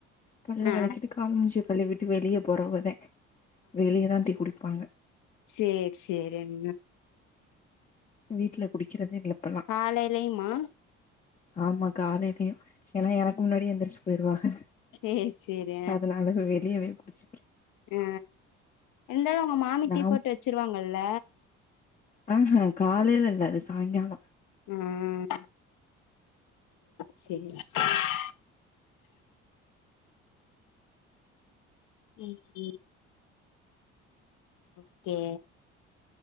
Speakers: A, on the left; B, on the left.
A: பல்ல
B: ஆ
A: வெளக்கிட்டு கால் மூஞ்சிய கழுவிட்டு வெளிய போறவுகதான் வெளிய தான் டீ குடிப்பாங்க
B: சேர் சேர் என்ன
A: வீட்ல குடிக்கறதே இல்ல இப்பலாம்
B: காலையிலயுமா
A: ஆமா காலையிலயும் ஏன்னா எனக்கு முன்னாடி எந்திரிச்சு போயிருவாக
B: சேரி சேரி
A: அதனால வெளியவே குடிச்சு
B: அ இருந்தாலும் உங்க மாமி
A: நா
B: டீ போட்டு வெச்சிருவாங்கல்ல
A: ஆ ஆ காலையில இல்ல அது சாய்ங்காலோம்
B: ம் சேரி சேரி ம் ம் ஒக்கே